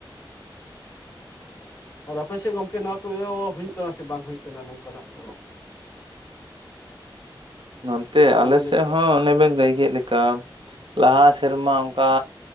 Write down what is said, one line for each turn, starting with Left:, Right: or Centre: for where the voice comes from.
Left: ᱟᱫᱚ, ᱟᱯᱮ ᱥᱮᱫ ᱜᱚᱝᱠᱮ, ᱱᱚᱣᱟ ᱠᱚᱭᱚ ᱦᱩᱭᱩᱜ ᱠᱟᱱᱟ ᱥᱮ, ᱵᱟᱝ ᱦᱩᱭᱩᱜ ᱠᱟᱱᱟ, ᱱᱚᱝᱠᱟ ᱱᱟᱜ ᱠᱚᱫᱚ ᱾
Right: ᱱᱚᱱᱛᱮ
Left: ᱵᱚᱞ
Right: ᱟᱞᱮ
Left: ᱮᱱᱮᱡ
Right: ᱥᱮᱫ
Left: ᱠᱚ
Right: ᱦᱚᱸ ᱚᱱᱮ ᱵᱮᱱ ᱞᱟᱹᱭ ᱠᱮᱫ ᱞᱮᱠᱟ ᱞᱟᱦᱟ ᱥᱮᱨᱢᱟ ᱚᱱᱠᱟᱼᱼ